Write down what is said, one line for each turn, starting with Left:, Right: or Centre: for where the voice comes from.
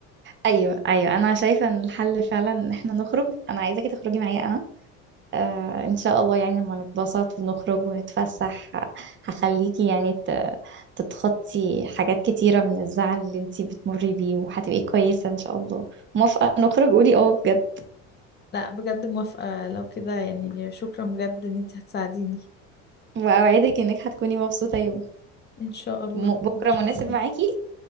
Right: ايوه ايوه انا شايفه ان الحل فعلا ان احنا نخرج انا عايزاكي تخرجي معايا انا آه ان شاء الله يعني لما نتبسط ونخرج ونتفسح ه- هخليكي يعني تتخطي حاجات كتيرة من الزعل اللي انتي بتمري بيه وهتبقي كويسة ان شاء الله موافقة نخرج قولي اه بجد
Left: لا بجد موافقة لو كده يعني شكرا بجد ان انت هتساعديني
Right: واوعدك انك هتكوني مبسوطة يوم
Left: ان شاء الله
Right: م- بكرة
Left: ان شاء
Right: مناسب
Left: الله
Right: معاكي